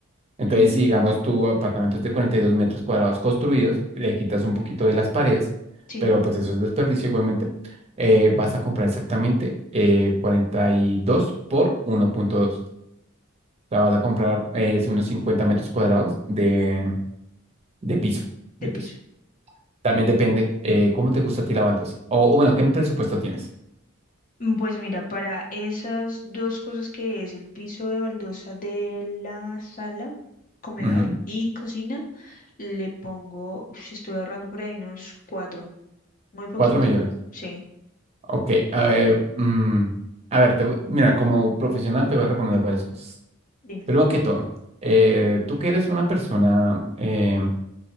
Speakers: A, on the right; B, on the left.
A: Entonces,
B: Mm,
A: si digamos tu apartamento es de 42 metros cuadrados construidos, le quitas un poquito de las paredes,
B: sí,
A: pero pues eso es desperdicio igualmente, eh, vas a comprar exactamente eh, 42 por 1.2. O sea, vas a comprar eh, unos 50 metros cuadrados de, de piso, de
B: de piso.
A: piso. También depende eh, cómo te gusta a ti la baldosa. O, o bueno, ¿qué presupuesto tienes?
B: Mm, Pues mira, para esas dos cosas que es el piso de baldosa de la sala, comedor
A: Ujú,
B: y cocina, le pongo, uf, estoy ahorrando por ahí unos cuatro, muy poquito,
A: 4 millones.
B: sí,
A: Ok. ah, eh, mm, a ver, te voy- mira, como profesional te voy a recomendar varias cosas.
B: dime.
A: Primero que todo, eh, tú que eres una persona eh,